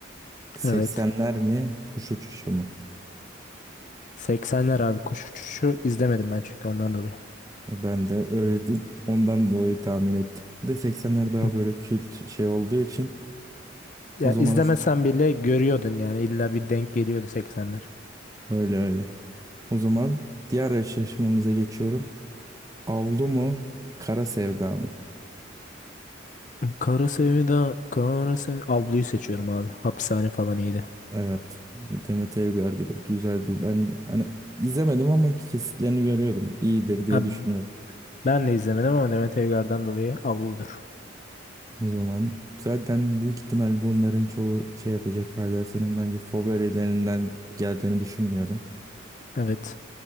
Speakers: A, on the right (about 20°); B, on the left (about 40°).
A: 80'ler
B: Evet.
A: mi, kuş uçuşu mu?
B: 80'ler abi kuş uçuşu izlemedim ben çünkü ondan dolayı.
A: Ben de öyle de- ondan dolayı tahmin ettim. Bir de 80'ler daha
B: Hı.
A: böyle kült şey olduğu için
B: Ya
A: o zaman
B: izlemesen bile görüyordun yani illa bir denk geliyordu 80'ler.
A: öyle öyle. O zaman diğer eşleşmemize geçiyorum. Avlu mu, Kara Sevda mı?
B: Kara Sevda, Kara Sevda. Ablu'yu seçiyorum abi. Hapishane falan iyiydi.
A: Evet. Demet Evgar bir de güzel bir ben hani izlemedim ama kesitlerini görüyordum. İyidir diye
B: Ha,
A: düşünüyorum.
B: ben de izlemedim ama Demet Evgar'dan dolayı Ablu'dur.
A: O zaman zaten büyük ihtimal bunların çoğu şey yapacak hala senin bence favorilerinden geldiğini düşünmüyorum.
B: Evet.